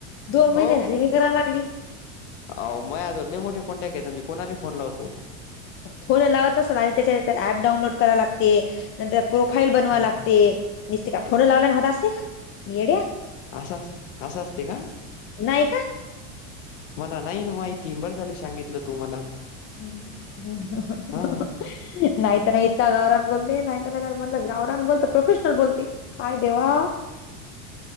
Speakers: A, on the left; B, on the left.
A: दोन
B: हो
A: महिने झाले मी करा लागली.
B: अहो मया जवळ लय मोठे कान्टॅक्ट येत मी कोणाले फोन लावतो.
A: फोन लावत असलं आणि त्याच्या ऍप डाऊनलोड कराला लागते. नंतर प्रोफाईल बनवा
B: हां
A: लागते, नसते का फोन लावल्या न वत असते का येड्या.
B: असं असं असते का
A: नाही का?
B: मला नाही ना माहितीबर झाली सांगितलं तू मला.
A: हम् ह! हंहंहं
B: हां
A: नाहीत नाहीत का गावरान बोलते नाहीत नाही म्हणलं गावरांन बोलत प्रोफेशनल बोलते. काय देेवा!